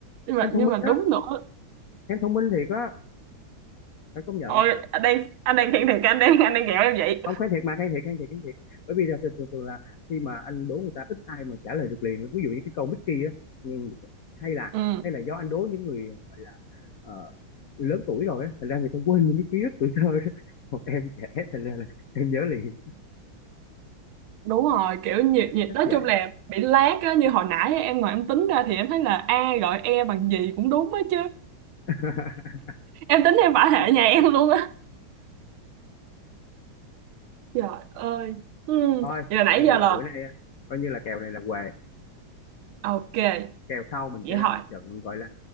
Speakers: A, on the right; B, on the left.
A: Nhưng mà
B: em thông
A: nhưng
B: minh
A: mà
B: á
A: đúng nữa.
B: em thông minh thiệt á phải công nhận
A: Ôi anh đang anh đang khen thiệt anh đang anh đang ghẹo em vậy.
B: không kháng thiệt mà kháng thiệt kháng thiệt kháng thiệt bởi vì là thường thường thường là khi mà anh đố người ta ít ai mà trả lời được liền ví dụ như cái câu Mickey á ừ, hay là
A: Ừ.
B: hay là do anh đố những người gọi là ờ, lớn tuổi rồi á thành ra người ta quên những cái ký ức tuổi thơ đó. còn <laughs> em trẻ thành ra là em nhớ liền
A: đúng rồi kiểu nhiệt nhiệt
B: chắc
A: nói
B: vậy
A: chung là bị lác á như hồi nãy á, em ngồi em tính ra thì em thấy là a gọi e bằng gì cũng đúng á chứ
B: <laughs>
A: em tính em phải hệ nhà em luôn á trời ơi ừ.
B: thôi
A: vậy là nãy
B: coi như
A: giờ
B: là
A: là
B: bữa nay coi như là kèo này là què
A: ok
B: kèo sau mình
A: vậy
B: sẽ làm
A: thôi
B: một trận gọi là